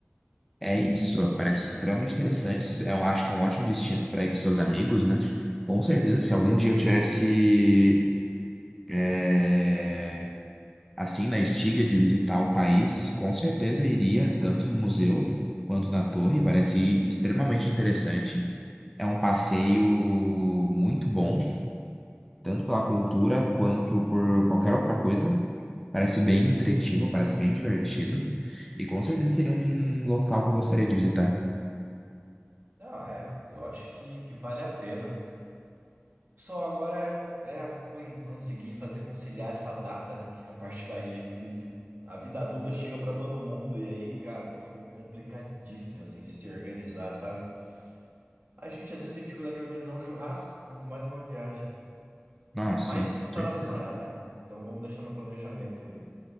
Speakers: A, in the centre; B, on the right (about 45°).
A: É isso, parece extremamente interessante. Eu acho que é um ótimo destino para ir com seus amigos, né? Com certeza, se algum dia eu tivesse é, assim na estiga de visitar o país, com certeza eu iria tanto no museu quanto na torre. Parece extremamente interessante. É um passeio muito bom, tanto pela cultura quanto por qualquer outra coisa. Parece bem entretido, parece bem divertido e com certeza seria um local que eu gostaria de visitar.
B: Não, é, eu acho que, que vale a pena. Só agora é, é co- conseguir fazer conciliar essa data, né? <laughs> Que é a parte mais difícil. A vida adulta chega pra todo mundo e aí, cara, fica complicadíssimo, assim, de se organizar, sabe? A gente às vezes tem dificuldade de organizar um churrasco, quanto mais uma viagem.
A: Ah, sim,
B: Mas não custa
A: certeza.
B: nada sonhar, né? Então vamos deixar no planejamento aí.